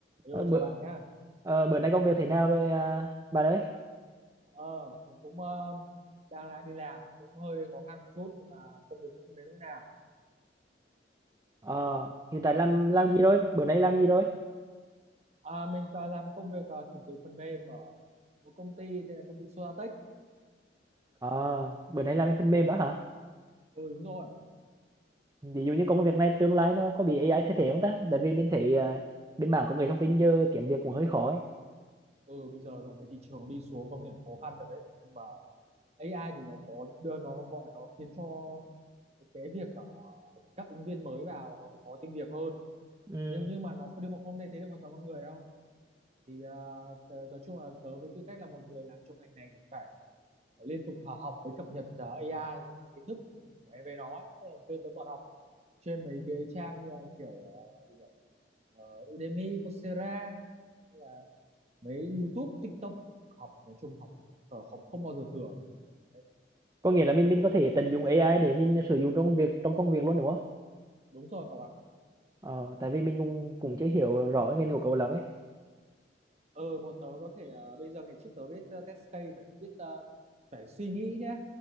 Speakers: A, on the right; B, on the right.
A: Yo
B: Ờ, bữa
A: chào bạn nhá.
B: ờ, bữa nay công việc thế nào rồi à, bà đấy
A: Ờ, mình cũng ờ, đang lại đi làm cũng hơi khó khăn một chút nhưng mà công việc cũng không đến nỗi nào.
B: ờ hiện tại làm làm gì rồi bữa nay làm gì rồi
A: À, mình ờ, làm công việc ờ, kiểm thử phần mềm ở một công ty tên là công ty Sodatech.
B: ờ bữa nay làm cái phần mềm đó hả
A: Ừ đúng rồi.
B: ví dụ như công việc này tương lai nó có bị AI thay thế không ta tại vì mình thấy à, bên mảng công nghệ thông tin giờ kiếm việc cũng hơi khó ấy
A: Ừ bây giờ dạo này thị trường đi xuống công nhận khó khăn thật đấy. Nhưng mà AI thì nó có đưa nó gọi là nó khiến cho cái việc ờ, các ứng viên mới vào họ thì khó tìm việc hơn.
B: ừ.
A: Nhưng nhưng mà nó không nhưng mà không thay thế được hoàn toàn con người đâu. Thì ờ, tớ- nói chung là tớ với tư cách là một người làm trong ngành này thì phải liên tục hả- học với cập nhật ờ, AI kiến thức ừ, về về nó ấy. Tức là tôi toàn học trên mấy cái trang như kiểu ờ, gì nhỉ Ờ, Udemy, Coursera hay là mấy YouTube, TikTok học nói chung học ờ, học không bao giờ thừa đấy
B: có nghĩa là mình mình có thể tận dụng AI để mình sử dụng trong việc trong công việc luôn đúng không
A: đúng rồi cậu ạ
B: ờ tại vì mình cũng cũng chưa hiểu rõ cái ngành của cậu lắm ấy
A: ờ bọn tớ có thể ờ, bây giờ ngày trước tớ viết ờ, test case phải viết ờ, phải suy nghĩ nhé